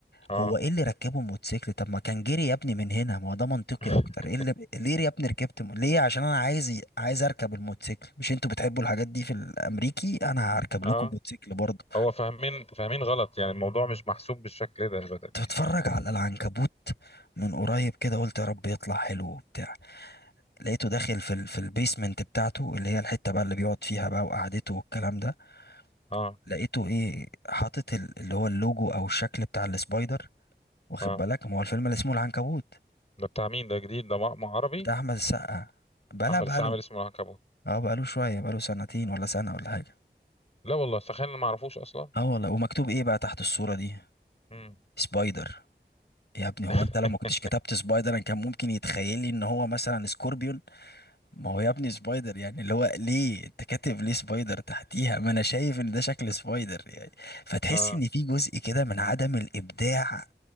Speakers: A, on the left; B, on the left.
A: اه
B: هو ايه اللي ركبه موتوسيكل طب ما كان جري يا ابني من هنا ما هو ده منطقي
A: <laughs>
B: اكتر ايه اللي ليه يا ابني ركبت م... ليه عشان انا عايز ي- عايز اركب الموتوسيكل مش انتوا بتحبوا الحاجات دي في الامريكي انا هركب لكم
A: اه
B: موتوسيكل برضه
A: هو فاهمين فاهمين غلط يعني الموضوع مش محسوب بالشكل ده ابدا
B: كنت
A: يعني
B: بتفرج على العنكبوت من قريب كده قلت يا رب يطلع حلو وبتاع لقيته داخل في ال... في البيسمنت بتاعته اللي هي الحتة بقى اللي بيقعد فيها بقى وقعدته والكلام ده
A: اه
B: لقيته ايه حاطط ال- اللي هو اللوجو او الشكل بتاع السبايدر واخد
A: اه
B: بالك ما هو الفيلم اللي اسمه العنكبوت
A: ده بتاع مين ده جديد ده مع مع عربي
B: بتاع احمد السقا بلا
A: احمد
B: بقاله
A: السقا عامل اسمه العنكبوت
B: اه بقاله شويه بقاله سنتين ولا سنه ولا حاجه
A: لا والله تخيل انا ما اعرفوش اصلا
B: اه والله ومكتوب ايه بقى تحت الصوره دي
A: مم.
B: سبايدر يا ابني هو
A: <laughs>
B: انت لو ما كنتش كتبت سبايدر انا كان ممكن يتخيل لي ان هو مثلا سكوربيون ما هو يا ابني سبايدر يعني اللي هو ليه انت كاتب ليه سبايدر تحتيها ما انا شايف ان ده شكل سبايدر يعني فتحس
A: اه
B: ان في جزء كده من عدم الابداع